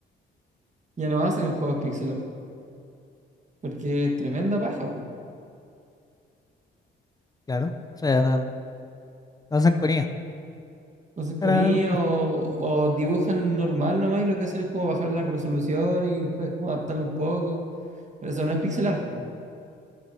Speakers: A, on the right (about 35°); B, on the left (about 20°).
A: ya no hacen juegos pixel art, porque es tremenda paja, pues.
B: Claro. O sea, eran- hacen con
A: Entonces, con
B: IA.
A: IA o, o dibujan normal nomás y lo que hacen es como bajar la resolución y después como adaptarlo un poco. Pero eso no es pixel art, po.